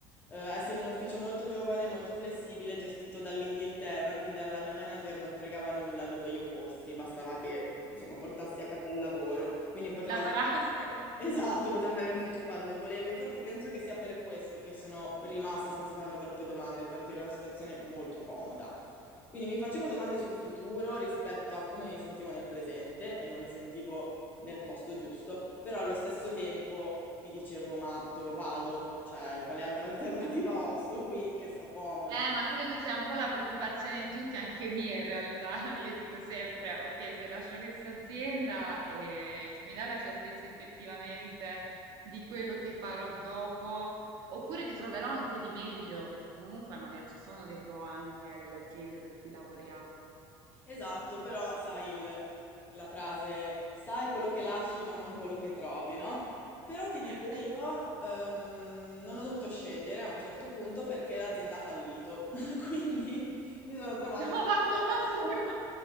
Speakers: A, on the left; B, on the right.
A: eh, essere in un ufficio molto giovane, molto flessibile, gestito dall'Inghilterra, quindi alla mia manager non fregava nulla dove io fossi, bastava che, insomma, portassi a casa il lavoro, quindi potevo
B: Lavorassi
A: andare... Esatto, potevo andare in ufficio quando volevo, infatti penso che sia per questo che sono rimasta senza farmi troppe domande, perché era una situazione molto comoda. Quindi mi facevo domande sul futuro rispetto a come mi sentivo nel presente e non mi sentivo nel posto giusto, però allo stesso tempo mi dicevo, ma dove vado? Cioè, quale altra alternativa ho? Sto qui, che sto comoda.
B: Eh, ma credo sia un po' la preoccupazione di tutti, anche mia in realtà. <laughs> Io dico sempre, ok, se lascio questa azienda, eh, chi mi dà la certezza effettivamente di quello che farò dopo, oppure che troverò anche di meglio, perché comunque magari ci sono dei pro anche eh, delle aziende per cui lavoriamo.
A: Esatto, però sai il- la frase, sai quello che lasci ma non quello che trovi, no? Però ti dico
B: Eh,
A: io,
B: <laughs>
A: ehm, non ho dovuto scegliere a un certo punto perché l'azienda ha fallito, <laughs> quindi mi sono trovata
B: no,
A: senza
B: fantastico.
A: lavoro.